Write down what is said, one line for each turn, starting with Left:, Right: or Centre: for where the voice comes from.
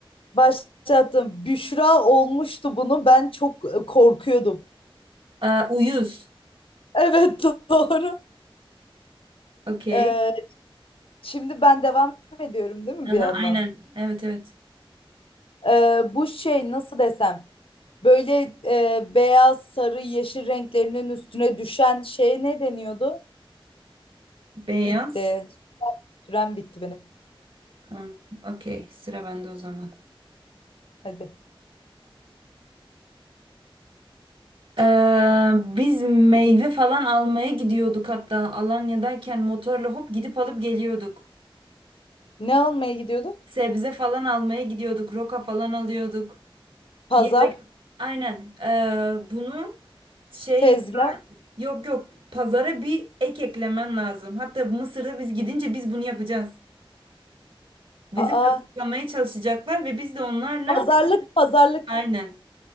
Left: Başlattım. Büşra olmuştu bunu. Ben çok e, korkuyordum.
Right: Aa, uyuz.
Left: Evet <laughs> doğru.
Right: Okey.
Left: Ee, şimdi ben devam ediyorum değil mi
Right: Aha,
Left: bir yandan?
Right: aynen. Evet evet.
Left: Ee, bu şey nasıl desem? Böyle e, beyaz, sarı, yeşil renklerinin üstüne düşen şey ne deniyordu?
Right: Beyaz.
Left: Bitti. Sürem bitti benim.
Right: Hmm, Okey, sıra bende o zaman.
Left: Hadi.
Right: Ee, biz meyve falan almaya gidiyorduk hatta Alanya'dayken motorla hop gidip alıp geliyorduk.
Left: Ne almaya gidiyorduk?
Right: Sebze falan almaya gidiyorduk, roka falan alıyorduk.
Left: Pazar,
Right: Bir yere aynen ee, bunu şey
Left: tezgah.
Right: yok yok pazara bir ek eklemen lazım. Hatta Mısır'da biz gidince biz bunu yapacağız. Bizi
Left: Aa,
Right: kazıklamaya çalışacaklar ve biz de onlarla
Left: pazarlık, pazarlık.
Right: aynen.